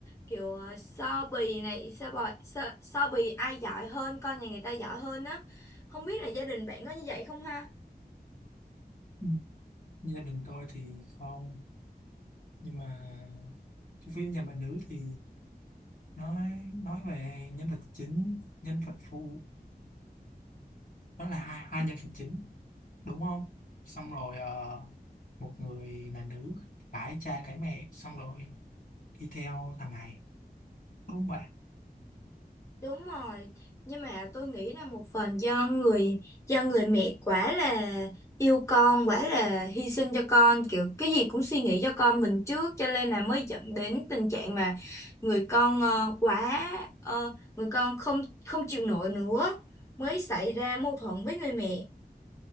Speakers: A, on the left (about 15°); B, on the left (about 55°).
A: kiểu ờ, so bì này so bì, so, so bì ai giỏi hơn con nhà người ta giỏi hơn á không biết là gia đình bạn có như vậy không ha
B: Ừ. gia đình tôi thì không nhưng mà cái phim Nhà Bà Nữ thì nói nói về nhân vật chính nhân vật phụ đó là hai, hai nhân vật chính đúng không xong rồi ờ, một người là nữ cái cha cái mẹ xong rồi đi theo thằng này đúng không
A: Đúng rồi, nhưng mà tôi nghĩ là một phần do người do người mẹ quá là yêu con, quá là hy sinh cho con, kiểu cái gì cũng suy nghĩ cho con mình trước cho nên là mới dẫn đến tình trạng mà người con ờ, quá ờ, người con không không chịu nổi nữa mới xảy ra mâu thuẫn với người mẹ.